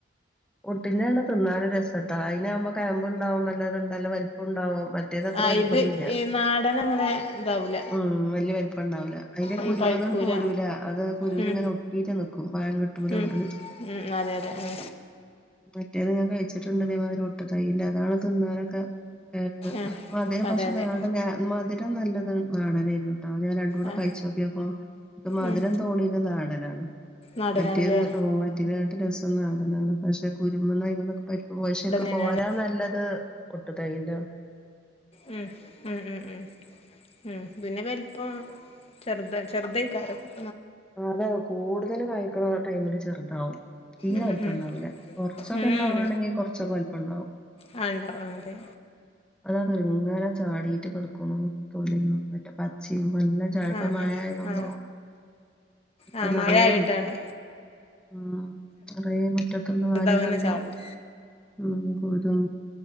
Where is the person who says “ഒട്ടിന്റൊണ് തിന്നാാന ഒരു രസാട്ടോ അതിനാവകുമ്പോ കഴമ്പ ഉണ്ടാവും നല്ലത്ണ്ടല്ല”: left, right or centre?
Centre